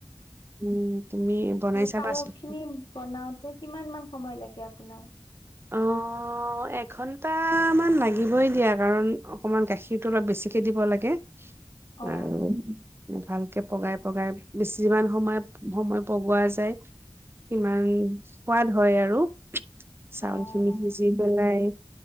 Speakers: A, on the right; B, on the left.
A: উম তুমি বনাই চাবাচোন
B: পায়স খিনি বনাওঁতে কিমান মান সময় লাগে, আ আপোনাৰ
A: অ', এঘন্টামান লাগিবই দিয়া, কাৰণ অকণমান গাখীৰটো অলপ বেছিকে দিব লাগে।
B: অহ,
A: আৰু
B: অ'।
A: ভালকে পগাই পগাই, বেছিমান সময়, সময় পগোৱা যায় সিমান সোৱাদ হয় আৰু। চাউল
B: অ
A: খিনি
B: অ
A: সিজি পেলাই